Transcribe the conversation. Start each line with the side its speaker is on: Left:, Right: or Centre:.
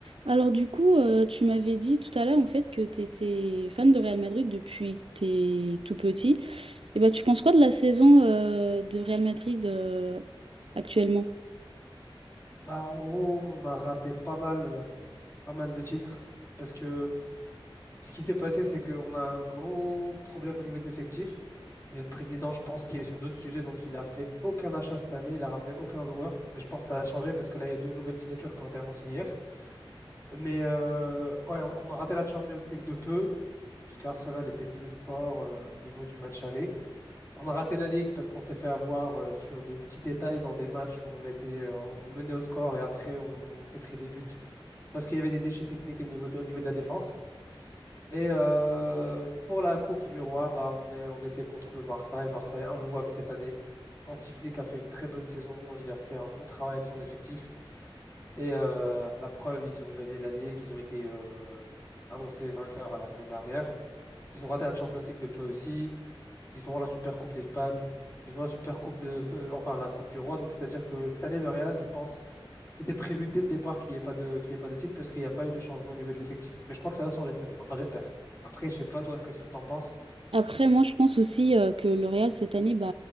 Right: Alors du coup, euh, tu m'avais dit tout à l'heure en fait que tu étais fan de Real Madrid depuis que t'es tout petit. Et bah tu penses quoi de la saison euh, de Real Madrid euh, actuellement?
Left: Bah, en gros, on a raté pas mal, euh, pas mal de titres parce que ce qui s'est passé, c'est qu'on a un gros problème au niveau de l'effectif. Et le président, je pense qu'il est sur d'autres sujets, donc il a fait aucun achat cette année, il a ramené aucun joueur. Mais je pense que ça a changé parce que là, il y a deux nouvelles signatures qui ont été annoncées hier. Mais euh, ouais, on, on a raté la Champions League de peu, parce qu'Arsenal était plus fort euh, au niveau du match aller. On a raté la Ligue parce qu'on s'est fait avoir euh, sur des petits détails dans des matchs où on était, euh, on menait au score et après on on s'est pris des buts parce qu'il y avait des déchets techniques au niveau de, au niveau de la défense. Et euh, pour la Coupe du Roi, bah, on est- on était contre le Barça. Et le Barça est injouable cette année. Hansi Flick a fait une très bonne saison. Il a fait un bon travail avec son effectif. Et euh, la preuve, ils ont gagné la Ligue. Ils ont été euh, annoncés vainqueurs la semaine dernière. Ils ont raté la Champions League de peu aussi. Ils ont la Super Coupe d'Espagne. Ils ont la Super Coupe de, euh, enfin la Coupe du Roi. Donc c'est-à-dire que cette année, le Real, je pense, c'était prévu dès le départ qu'il n'y ait pas de, qu'il y ait pas de titre parce qu'il n'y a pas eu de changement au niveau de l'effectif. Mais je crois que ça va changer cette année. Enfin, j'espère. Après, je sais pas toi, qu'est-ce que tu en penses?
Right: Après, moi, je pense aussi euh, que le Real, cette année, bah,